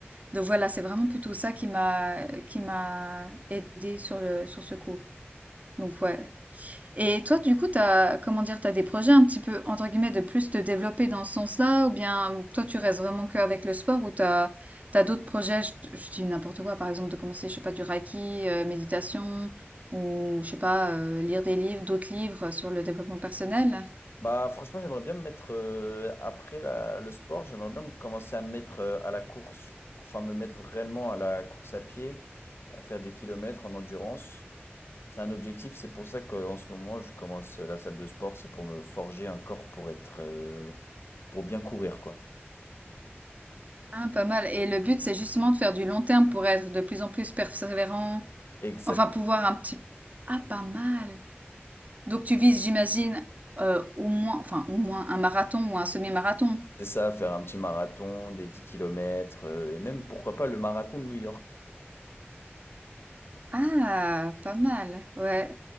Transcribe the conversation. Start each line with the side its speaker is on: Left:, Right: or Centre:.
Right: donc voilà, c'est vraiment plutôt ça qui m'a qui m'a aidé sur le sur ce coup. Donc ouais. Et toi, du coup, t'as, comment dire, t'as des projets un petit peu, entre guillemets, de plus te développer dans ce sens-là, ou bien toi, tu restes vraiment qu'avec le sport, ou t'as, t'as d'autres projets, je, je dis n'importe quoi, par exemple, de commencer, je sais pas, du reiki, euh, méditation, ou je sais pas, euh, lire des livres, d'autres livres sur le développement personnel.
Left: Bah, franchement, j'aimerais bien me mettre, euh, après la- le sport, j'aimerais bien me- commencer à me mettre euh, à la course, enfin me mettre vraiment à la course à pied, à faire des kilomètres en endurance. C'est un objectif, c'est pour ça qu'en ce moment, je commence la salle de sport, c'est pour me forger un corps pour être, euh, pour bien courir, quoi.
Right: Ah, pas mal. Et le but, c'est justement de faire du long terme pour être de plus en plus persévérant,
Left: Exact.
Right: enfin, pouvoir un petit... Ah, pas mal. Donc, tu vises, j'imagine, euh, au moins, enfin, au moins un marathon ou un semi-marathon.
Left: C'est ça, faire un petit marathon, des 10 kilomètres, euh, et même, pourquoi pas, le marathon de New York.
Right: Ah, pas mal, ouais.